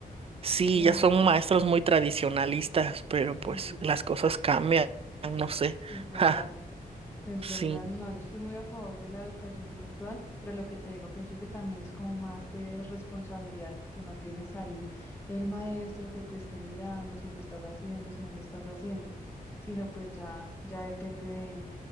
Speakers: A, on the right (about 40°); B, on the left (about 15°).
A: Sí,
B: Que
A: ya son maestros muy tradicionalistas, pero pues
B: mm,
A: las cosas cambian, no sé.
B: es verdad.
A: <laughs> Ja,
B: Es
A: sí.
B: verdad, no, yo estoy muy a favor de la educación virtual, pero lo que te digo, pienso que también es como más de responsabilidad, porque no tienes ahí el maestro que te esté mirando si lo estás haciendo, si no lo estás haciendo, sino pues ya, ya depende de,